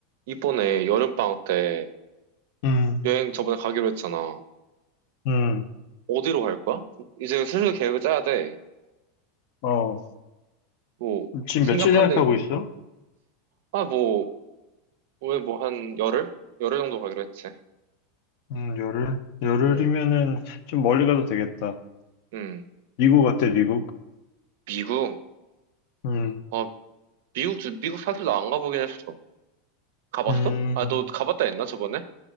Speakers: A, on the right; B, on the left.
A: 이번에 여름방학 때
B: 음,
A: 여행 저번에 가기로 했잖아.
B: 음,
A: 어디로 갈 거야? 이제 슬슬 계획을 짜야 돼.
B: 어,
A: 뭐,
B: 지금
A: 생각한데,
B: 며칠 생각하고 있어?
A: 아, 뭐, 왜 뭐 한 열흘? 열흘 정도 가기로 했지.
B: 음, 열흘? 열흘이면은
A: 응,
B: 좀 멀리 가도 되겠다.
A: 응.
B: 미국 어때, 미국?
A: 미국?
B: 음,
A: 아, 미국, 주- 미국 사실 나 안 가보긴 했어. 가봤어?
B: 음,
A: 아, 너 가봤다 했나, 저번에?